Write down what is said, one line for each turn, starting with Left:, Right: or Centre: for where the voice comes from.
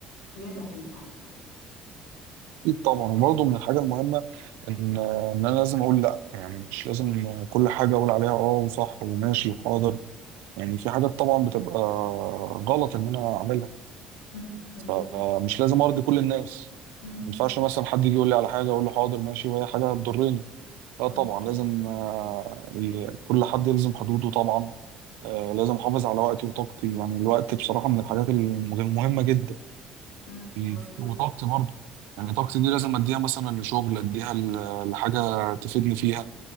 Left: هي اللي هتنفعك يعني
Right: اكيد طبعا وبرضه من الحاجه المهمه ان آه، ان انا لازم اقول لا يعني مش لازم آه، كل حاجه اقول عليها اه وصح وماشي وحاضر يعني في حاجات طبعا بتبقى غلط ان انا اعملها
Left: مم. مظبوط
Right: فمش لازم ارضي كل الناس
Left: مم.
Right: ما ينفعش مثلا حد يجي يقول لي على حاجه اقول له حاضر ماشي وهي حاجه هتضرني لا
Left: مظبوط
Right: طبعا لازم آه، ي- كل حد يلزم حدوده طبعا آه، لازم احافظ على وقتي وطاقتي يعني الوقت بصراحه من الحاجات الم- المهمه جدا
Left: مم.
Right: ال-
Left: مظبوط
Right: وطاقتي برضه يعني طاقتي دي لازم اديها مثلا لشغل اديها ل- لحاجه تفيدني فيها